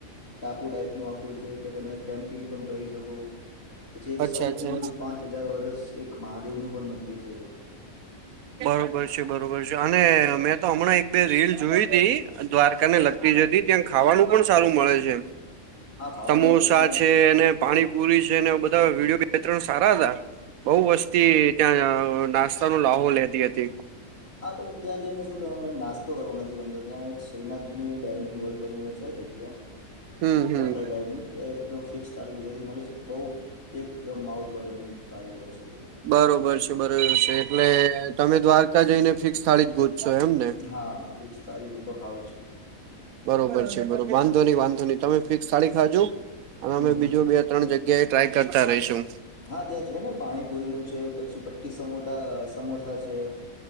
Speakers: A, on the left; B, on the right.
A: પુ ટાઈપ નું આખુય છે કે તમે કેમ્પિંગ પણ કરી શકો. પછી એક
B: અચ્છા
A: સૌથી
B: અચ્છા
A: જનું પાંચ હજાર વરષ એક મહાદેવનું પણ મંદિર છે ત્યા.
B: બરોબર છે બરોબર છે અને મેં તો હમણાં એક બે રીલ જોઈ તી અન દ્વારકા ને લગતી જતી ત્યાં ખાવાનું પણ સારું મળે છે.
A: હા ખાવાનું
B: સમોસા
A: તો ત્યાં
B: છે અને પાણી પુરી છે ને બધા વિડીયો બે ત્રણ સારા હતા. બઉુ વસ્તુ ત્યાં નાસ્તા ના લાહો લેતી હતી.
A: આ પણ ત્યાં જઈને શું કે મને નાસ્તો કરવાો નથી ગમતો ત્યાં એક શ્રીનાથજી ની ડાઇનિંગ હોલ કરીને છે જગ્ યા
B: હમ હમ
A: હોટલ ટાઈપનું ત્યાં એકદમ ફિક્સ તારી ગુજરાતી મળે છે બઉુ એકદમ માઉથ વોટરિંગ તારી હોય છે એરી
B: બરોબર છે બરોબર છે, એટલે તમે દ્વારકા જઈને ફિક્સ થાળી જ ગોજશો એમ? ને
A: હા, ફિક્સ થાડી જ હું તો ખાવ છું.
B: બરોબર છે બરોબર વાંધો નહી વાંધો નહી, તમે ફિક્સ સાળી ખાજો અને અમે
A: હમ હમ
B: બીજો બે ત્રણ જગ્યા એ ટ્રાય કરતા રહીશું.
A: હા ત્યાં છે ને પાણીપુરીનું છે, પછી પટ્ટીા સમોટા સમોસા છે.